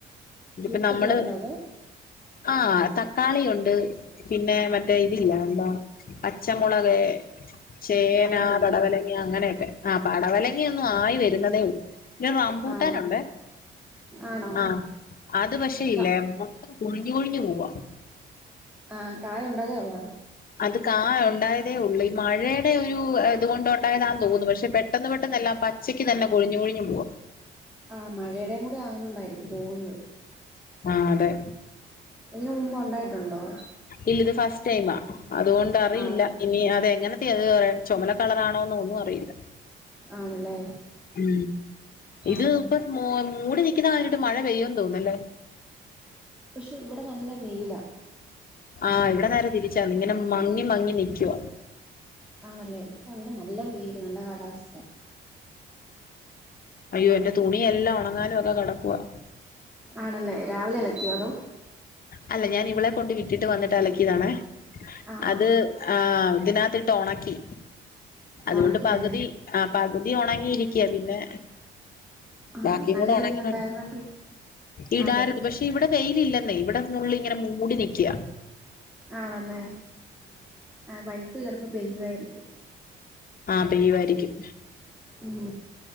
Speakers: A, on the left; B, in the centre.
A: ഇതിപ്പോ
B: വിത്തൊക്കെ
A: നമ്മള്
B: ഉണ്ടോ അതോ
A: ആ തക്കാളിയുണ്ട് പിന്നെ മറ്റേ ഇതില്ലേ എന്താ പച്ചമുളകെ ചേന
B: അതൊക്കെ ഉണ്ടല്ലേ
A: പടവലങ്ങ അങ്ങനെയൊക്കെ ആ പടവലങ്ങ ഒന്നും ആയി വരുന്നതേ ഉള്ളൂ പിന്നെ റമ്പൂട്ടാൻ
B: ആണോ
A: ഉണ്ട്
B: ആണോ
A: ആ അത് പക്ഷേ ഇല്ലേ
B: ക
A: കൊഴിഞ്ഞു കൊഴിഞ്ഞു പോവാ
B: ആ കായ ഉണ്ടാതേ ഉള്ളത്
A: അത് കാ ഉണ്ടായതേ ഉള്ളൂ ഈ മഴയുടെ ഒരു ഇതുകൊണ്ട് ഉണ്ടായതാെന്ന് തോന്നുന്നു പക്ഷെ പെട്ടെന്ന് പെട്ടെന്ന് എല്ലാം പച്ചക്കക്ക് തന്നെ കൊഴിഞ്ഞു കൊഴിഞ്ഞു പോവാ
B: ആ മഴടയും കൂടി ആവുന്നുണ്ടായിരിക്കും പോകുന്നത്
A: ആ അതെ
B: ഇതിന് മുമ്പ് ഉണ്ടായിട്ടുണ്ടോ
A: ഇല്ല ഇത് ഫസ്റ്റ് ടൈം അതുകൊണ്ട് അറിയില്ല
B: ആണല്ലേ
A: ഇനി അതെങ്ങനെ അത് ചുമല കളറാണോന്ന് ഒന്നും അറിയില്ല
B: ആണല്ലേ
A: ഉ
B: ആഹ്
A: ഇത്
B: ആഹ്
A: ഇപ്പോ മൂട് നിക്കുന്ന കണ്ടിട്ട് മഴ പെയ്യോന്ന് തോന്നുന്നല്ലേ
B: പക്ഷെ ഇവിടെ നല്ല വെയിലാ
A: ആ ഇവിടെ നേരെ തിരിച്ചാ ഇങ്ങനെ മങ്ങി മങ്ങി നിക്കുവാ
B: ആണല്ലേ ഇപ്പൊ അവിടെ നല്ല വെയില് നല്ല കാലാവസ്ഥ
A: അയ്യോ എന്റെ തുണിയെല്ലാം ഉണങ്ങാനും ഒക്കെ കിടക്കുവാ
B: ആണല്ലേ രാവിലെ അലക്കിയോ അതോ
A: അല്ല ഞാൻ ഇവളെ കൊണ്ട് വിട്ടിട്ട് വന്നിട്ട് അലക്കിയതാണെ
B: ആഹ്
A: അത്
B: ആഹ്
A: ആ ഇതിനകത്തിട്ട് ഉണക്കി അതുകൊണ്ട്
B: ഒണക്കിയല്ലേ
A: പകുതി ആ പകു ഇതി ഉണങ്ങിയിരിക്കുക പിന്നെ
B: ആഹ്
A: ബാക്കി
B: നല്ല
A: കൂടി ഉണക്കി
B: വെയിലുണ്ടായിരുന്നെങ്കി
A: ഇടാരുത്
B: അതെ
A: പക്ഷെ ഇവിടെ വെയിലല്ല ഇവിടെ ഫുള്ളിങ്ങനെ മൂടി നിക്കുക
B: ആണല്ലേ ആ വൈകിട്ട് ചെലും പെയ്യുമായിരിക്കും
A: ആ. പെയ്യുമായിരിക്കും
B: ഉം